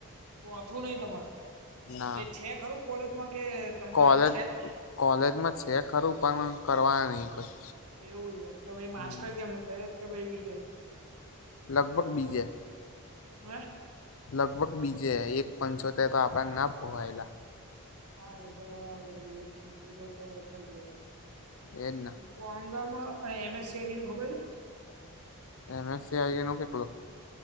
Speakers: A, on the right; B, on the left.
A: તો અથું નઈ તમાર એટલે
B: ના
A: છે ખરું કોલેજમાં કે તમાર
B: કોલેજ
A: છે જ નઈ
B: કોલેજમાં છે ખરું પણ કરવાના નહી કોઈ.
A: એવું જ એટલે ભાઈ માસ્ટર
B: હમ
A: ગેમ ક જ કે ભાઈ બીજે?
B: લગભગ બીજે.
A: હે
B: લગભગ બીજે એક પં છોતેર તો આપણને ના પોહાયેલા
A: હા એ તો બરા એક છે દર તો વધારે જેવા.
B: એજના.
A: તો આંગમ અને એમએસસીડી નું ખબર છે?
B: એમ સ એ આઈ નો કેટલો